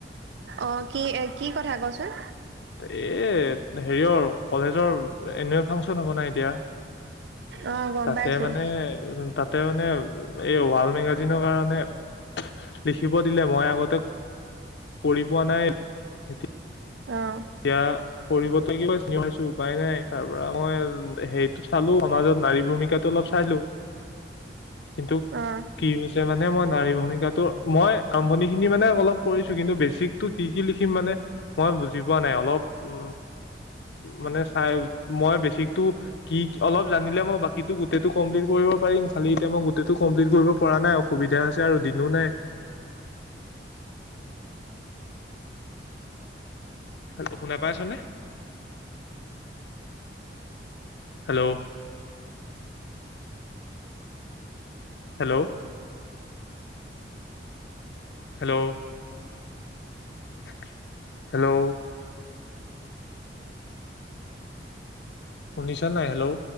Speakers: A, on the right; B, on the left.
A: অঁ কি কি কথা কচোন।
B: এ হেৰিয়ৰ কলেজৰ এনুৱেল ফাংচন হ'ব নাই এতিয়া
A: অঁ গম
B: তাতে
A: পাইছোঁ
B: মানে উ তাতে মানে এই ৱাল মেগাজিনৰ কাৰণে লিখিব দিলে, মই আগতে কৰি পোৱা নাই, এতিয়া
A: অঁ
B: কিয়? কৰিব চিনি পাইছো উপায় নাই তাৰ পৰা মই হেৰিতটো চালো সমাজত নাৰী ভূমিকাটো অলপ চালো । কিন্তু
A: অঁ
B: কি হৈছে মানে মই নাৰী ভূমিকাটো মই আৰম্ভণি খিনি মানে অলপ কৰিছো কিন্তু বেছিকটো কি কি লিখিম মানে মই বুজি বুজি পোৱা নাই অলপ উ, মানে চাই মই বেছিকটো কি অলপ জানিলে মই বাকীতো গোটেটো কমপ্লিট কৰিব পাৰিম খালি এতিয়া মই গোটেটো কমপ্লিট কৰিব পৰা নাই অসুবিধা হৈছে আৰু দিনো নাই। হেল্ল' শুনা পাই আছনে? হেল্ল'। হেল্ল'। Hello <inaudible> hello. শুনিছ নাই হেল্ল'?